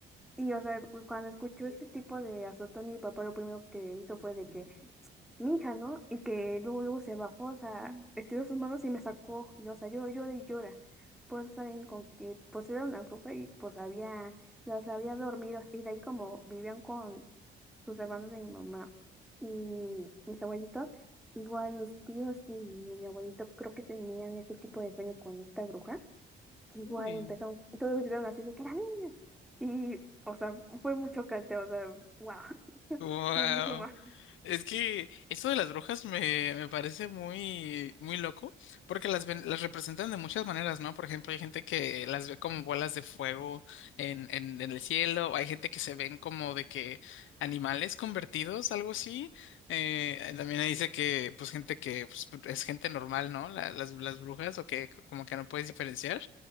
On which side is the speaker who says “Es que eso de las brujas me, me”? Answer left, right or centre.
Left